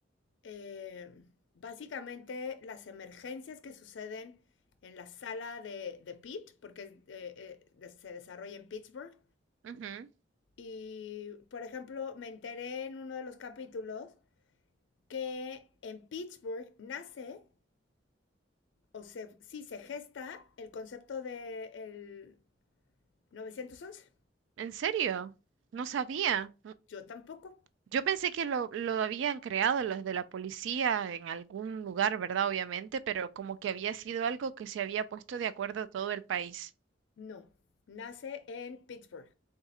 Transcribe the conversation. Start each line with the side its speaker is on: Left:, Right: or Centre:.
Left: eh, básicamente las emergencias que suceden en la sala de, de Pitt, porque eh, eh, se desarrolla en Pittsburgh.
Right: ujú.
Left: Y, por ejemplo, me enteré en uno de los capítulos que en Pittsburgh nace, o se, sí, se gesta el concepto del de 911.
Right: ¿En serio? No sabía.
Left: Yo tampoco.
Right: Yo pensé que lo, lo habían creado los de la policía en algún lugar, ¿verdad? Obviamente, pero como que había sido algo que se había puesto de acuerdo a todo el país.
Left: No, nace en Pittsburgh,